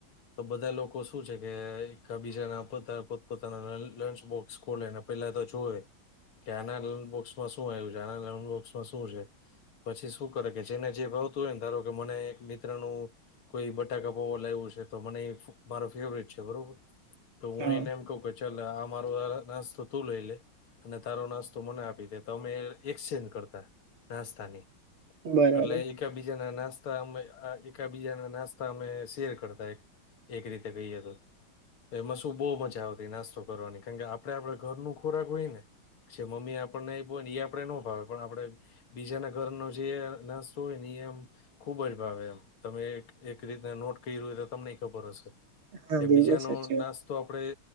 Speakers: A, on the left; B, on the right.
A: તો બધા લોકો શું છે કે એક બીજાના પોતા પોતપોતાના લંચ બોક્સ ખોલેને પેલા તો જોુવે કે આના લોન બોક્સમાં શું આવ્યું છે આના લોન બોક્સમાં શું છે પછી શું કરે કે જેને જે ભાવતું હોય ને ધારો કે મને એક મિત્રનું કોઈ બટાકા પૈવા લાયવું છે તો મને મારો ફેવરેટ છે બરોબર તો હું
B: હા
A: એને એમ કહ કે ચાલ આ મારો નાસ્તો તું લઈ લે અને તારો નાસ્તો મને આપી દે તો અમે એક્સચેન્જ કરતા નાસ્તાની
B: બરાબર
A: એટલે એકાબીજા ના નાસ્તા તા અમે એકા બીજાના નાસ્તા અમે શેર કરતા એક રીતે કઈએ તો એમાં શું બહુ મજા આવતી નાસ્તો કરવાની કારણ કે આપડે આપણા ઘર નું ખોરાક હોય ને છે મમ્મી આપણનેય ને એ આપડે નો ભાવે પણ આપડે બીજાના ઘરનો જે નાસ્તો હોય ને એમ ખુબ જ ભાવે એમ તમે એક એક રીતને નોટ કર્યું હોય તો તમને ખબર હશે.
B: હા
A: એ
B: બિલકુલ
A: બીજા
B: સાચી
A: નો
B: વાત.
A: નાસ તો આપણેે